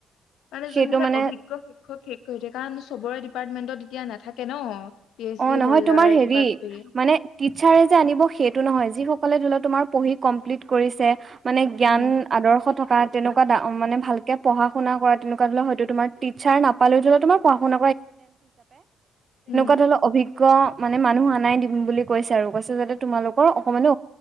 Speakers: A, on the left; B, on the right.
A: মানে
B: সেইটো
A: যোনবিলাক
B: মানে
A: অভিজ্ঞ শিক্ষক শেষ হৈ থাকে কাৰণ চবৰে ডিপাৰ্টমেন্টত এতিয়া নাথাকে ন। পি এইচ
B: অ
A: ডি
B: নহয়
A: হল্ডাৰ
B: তোমাৰ হেৰি
A: কিবা কিবি
B: মানে টিচাৰে যে আনিব সেইটো নহয় যি কলে ধলেও তোমাৰ পঢ়ি কমপ্লিট কৰিছে মানে জ্ঞান
A: উম
B: আদৰ্শ থকা তেনেকুৱা মানে ভালক পঢ়া শুন কৰা তেনেুৱা ধৰ হয়তোম টিচাৰ নাপালেওোলে তোমাৰ পঢা শুন
A: উম
B: কৰা ইা ধ অভিজ্ঞ মানে মানুহ আনাই দিম বুলি কৈছে আৰু কৈছে যাতে তোমালোকৰ অকণমানো